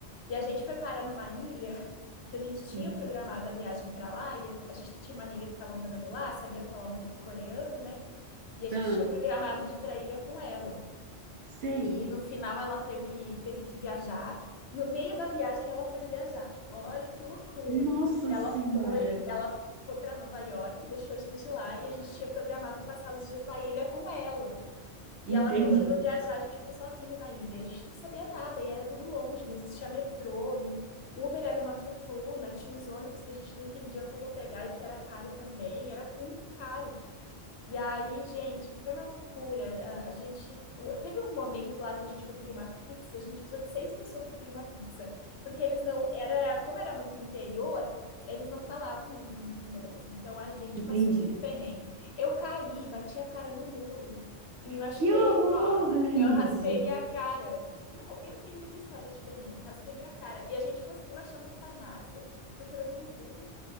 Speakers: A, on the left; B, on the right.
A: E a gente foi parar numa ilha que a gente tinha
B: hum.
A: programado a viagem para lá e a gente tinha uma amiga que estava morando lá, sabia falar um pouco coreano, né? E a gente
B: Ah,
A: tinha programado de ir para a ilha com ela.
B: sei.
A: E no final ela teve, teve que viajar. No meio da viagem ela foi viajar. Olha que loucura.
B: Nossa
A: Ela
B: Senhora!
A: foi, ela foi para Nova York, deixou a gente lá e a gente tinha programado passar os dias na ilha com ela. E
B: Entende?
A: ela acabou indo viajar, a gente ficou sozinho na ilha. A gente não sabia nada e era tudo longe, não existia metrô, Uber era uma fortuna, tinha os ônibus que a gente não entendia como pegar e que era caro também, era muito caro. E aí, gente, foi uma loucura. A a gente teve um momento lá que a gente foi pedir uma pizza, a gente precisou de seis pessoas para pedir uma pizza, porque eles não era, como era muito interior, eles não falavam mui- muito inglês. Então a gente
B: Entende?
A: passou muito perrengue. Eu caí, bati a cara no muro e me machuquei
B: Que horror,
A: aqui, ó.
B: Lenise!
A: Eu raspei minha cara. Não, eu tenho muita história de perrengue, raspei minha cara. E a gente conseguiu achar uma farmácia procurando no Google.